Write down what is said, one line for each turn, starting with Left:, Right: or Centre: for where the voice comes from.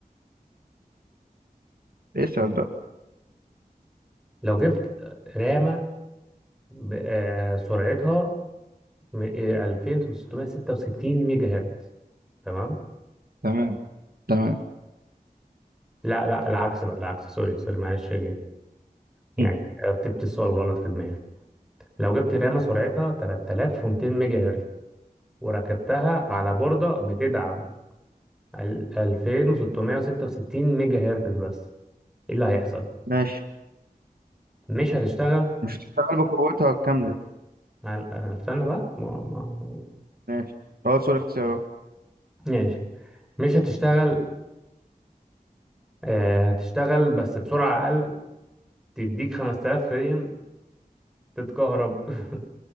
Right: اسأل بقى
Centre: لو جبت رامة ب- آه، سرعتها م- آه، 2666 ميجا هرتز تمام
Right: تمام تمام
Centre: لا لا العكس بقى العكس سوري سوري معلش يعني
Right: مم.
Centre: رتبت السؤال غلط في دماغي لو جبت رامة سرعتها 3200 ميجا هرتز وركبتها على بوردة بتدعم ال- 2666 ميجا هرتز بس ايه اللي هيحصل
Right: ماشي
Centre: مش هتشتغل
Right: مش هتشتغل بقوتها الكاملة
Centre: على- آه، استنى بقى ما ما
Right: ماشي خلاص قول اختيارات
Centre: ماشي مش هتشتغل آه، هتشتغل بس بسرعة أقل تديك 5000 فريم تتكهرب <laughs>